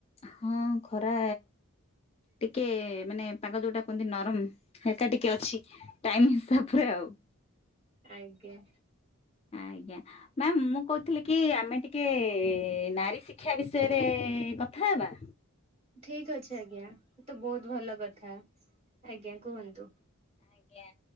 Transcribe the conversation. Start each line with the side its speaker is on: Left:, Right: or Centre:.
Left: ହଁ ଖରା ଟିକେ ମାନେ ପାଗ ଯୋଉଟା କୁହନ୍ତି ନରମ ହଲକା ଟିକେ ଅଛି ଟାଇମ୍ ହିସାବରେ ଆଉ।
Right: ଆଜ୍ଞା।
Left: ଆଜ୍ଞା ମ୍ୟାାମ ମୁଁ କହୁଥିଲି କି ଆମେ ଟିକେ ନାରୀ ଶିକ୍ଷା ବିଷୟରେ କଥା ହେବା।
Right: ଠିକ ଅଛି ଆଜ୍ଞା ତ ବହୁତ ଭଲ କଥା ଆଜ୍ଞା କୁହନ୍ତୁ।
Left: ଆଜ୍ଞା